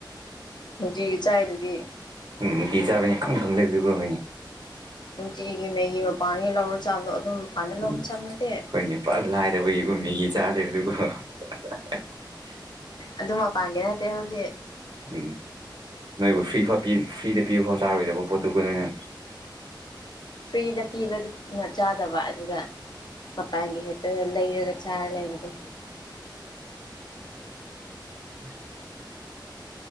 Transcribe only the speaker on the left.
ꯅꯨꯡꯇꯤꯒꯤ ꯆꯥꯏꯗꯨꯗꯤ
ꯅꯨꯡꯇꯤꯒꯤ ꯃꯦꯒꯤ ꯃꯄꯥꯟꯒꯤ ꯂꯧꯔ ꯆꯥꯕꯗꯣ ꯑꯗꯨꯝ ꯃꯄꯥꯟꯗ ꯂꯧꯕ
ꯆꯥꯕ ꯅꯠꯇꯦ
ꯑꯗꯨ ꯃꯄꯥꯟꯒꯦ ꯅꯠꯇꯦ ꯑꯗꯨꯗꯤ
ꯐ꯭ꯔꯤꯗ ꯄꯤꯕꯗꯨꯅ ꯆꯥꯗꯕ ꯑꯗꯨꯒ ꯃꯄꯥꯟꯒꯤ ꯍꯦꯛꯇ ꯂꯩꯔꯒ ꯆꯥꯔ ꯂꯩꯕꯗ